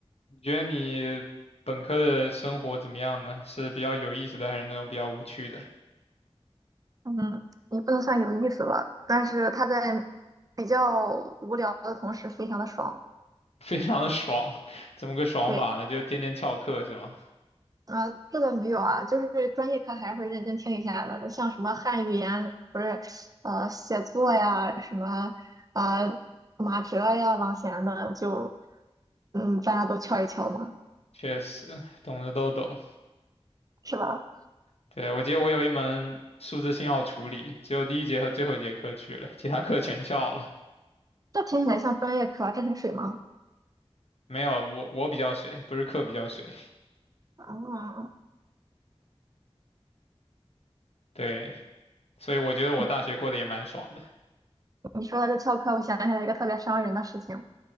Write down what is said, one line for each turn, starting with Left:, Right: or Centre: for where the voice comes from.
Left: 你觉得你本科的生活怎么样呢？是比较有意思的，还是那种比较无趣的？
Right: 嗯，也不能算有意思吧，但是它在比较无聊的同时，非常的爽。
Left: <laughs> 非常的爽，<laughs> 怎么个爽法呢？
Right: 对，
Left: 就天天翘课是吗？
Right: 啊、这个没有啊，就是专业课还是会认真听一下的，像什么汉语言，不是，呃，写作呀，什么，呃，马哲呀、郎咸的，就嗯，大家都敲一敲嘛，
Left: 确实，懂的都懂。
Right: 是吧？
Left: 对，我记得我有一门数字信号处理，只有第一节和最后一节课去了，其他课全翘了。
Right: 这听起来像专业课啊，这很水吗？
Left: 没有，我我比较水，不是课比较水。
Right: 啊，
Left: 对，所以我觉得我大学过得也蛮爽的。
Right: 你你说的这翘课，我想起来一个特别伤人的事情。